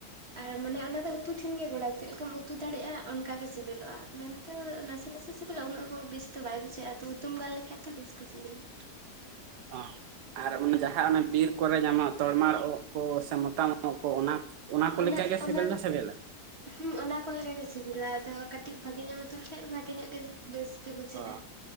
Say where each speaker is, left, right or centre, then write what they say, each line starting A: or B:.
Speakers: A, on the right (about 40°); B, on the right (about 80°).
A: ᱟᱨ ᱢᱟᱱᱮ ᱚᱱᱟ ᱫᱚ ᱩᱛᱩ ᱴᱷᱮᱱ ᱜᱮ ᱜᱚᱲᱟ ᱪᱮᱫ ᱞᱮᱠᱟᱢ ᱩᱛᱩ ᱫᱟᱲᱮᱭᱟᱜᱼᱟ ᱚᱱᱠᱟ ᱜᱮ ᱥᱮᱵᱮᱞᱚᱜᱼᱟ᱾ ᱢᱮᱱ ᱫᱚ ᱱᱟᱥᱮ ᱱᱟᱥᱮ ᱥᱮᱵᱮᱞᱟ ᱩᱱᱟᱹᱜ ᱦᱚᱸ ᱵᱮᱥ ᱫᱚ ᱵᱟᱭ ᱵᱩᱡᱷᱟᱹᱜᱼᱟ, ᱛᱚ ᱩᱛᱩᱢ ᱜᱟᱱ ᱞᱮᱠᱷᱟᱡ ᱛᱷᱚ ᱵᱮᱥ ᱜᱮ ᱥᱤᱵᱤᱞᱟ᱾
B: ᱚ ᱟᱨ ᱚᱱᱟ ᱡᱟᱦᱟᱸ ᱚᱱᱮ ᱵᱤᱨ ᱠᱚᱨᱮ ᱧᱟᱢᱚᱜ ᱫᱚ ᱛᱚᱨᱢᱟᱲ ᱳᱜ ᱠᱚ ᱥᱮ ᱢᱚᱛᱟᱢ ᱳᱜ ᱠᱚ ᱚᱱᱟ ᱚᱱᱟ ᱠᱚ
A: ᱚᱱᱟᱜ
B: ᱞᱮᱠᱟᱜᱮ ᱥᱤᱵᱤᱞ
A: ᱚᱱᱟᱜ
B: ᱫᱚ ᱥᱤᱵᱤᱞᱟ
A: ᱦᱩᱸ ᱚᱱᱟ ᱠᱚ ᱞᱮᱠᱟ ᱜᱮ ᱥᱤᱵᱤᱞᱟ ᱟᱫᱚ ᱠᱟᱹᱴᱤᱡ ᱵᱷᱟᱜᱮᱧᱚᱜ ᱮᱢ ᱩᱛᱩ ᱞᱮᱠᱷᱟᱡ ᱵᱷᱟᱜᱮ ᱧᱚᱜ ᱜᱮ ᱵᱮᱥ ᱜᱮ ᱵᱩᱡᱷᱟᱹᱜᱼᱟ
B: ᱚ